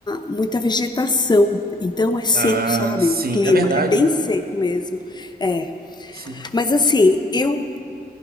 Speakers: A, on the left (about 25°); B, on the right (about 65°).
A: muita vegetação, então é seco,
B: Ah,
A: sabe?
B: sim.
A: O clima
B: É verdade,
A: é bem
B: né?
A: seco mesmo. É.
B: Sim.
A: Mas assim, eu